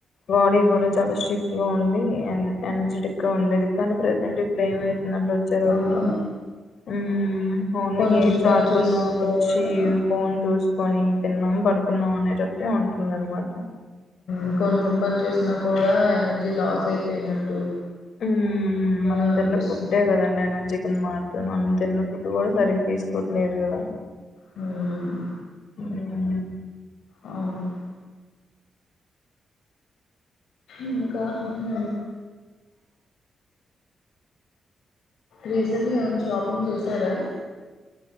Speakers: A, on the left; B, on the left.
A: బాడీ
B: హ్మ్.
A: కూడా చాలా స్టిఫ్ గా ఉండి ఎన్ ఎనర్జెటిక్ గా ఉండేది ఇది కానీ ప్రెజెంట్ ఇప్పుడు ఎమ్ వచ్చే రోజుల్లో
B: అలా
A: ఉ ఓన్లీ
B: కొంచెం
A: గేమ్స్
B: పని
A: ఆడుకున్నా
B: చేసినా
A: వొ
B: కూడా
A: ఈ ఫోన్ చూస్కోని తిన్నాం పడుకున్నాం అనేటట్టు అంటుంది అనమాట.
B: ఉ కొంచెం పని చేసినా కూడా ఎనర్జీ లాస్ అయిపోయినట్టు
A: ఉ
B: అలా
A: మనం
B: అనిపిస్తుంది
A: తిన్న ఫుడే కదండి ఎనర్జీ కింద మర్ ఇప్పుడు మనం తిన్న ఫుడు కూడా సరిగ్గా తీసుకోవట్లేదు కదా.
B: హ్మ్.
A: ఉ ఉ
B: అవును ఇంకా హు రీసెంట్గా ఏమైనా షాపింగ్ చేసారా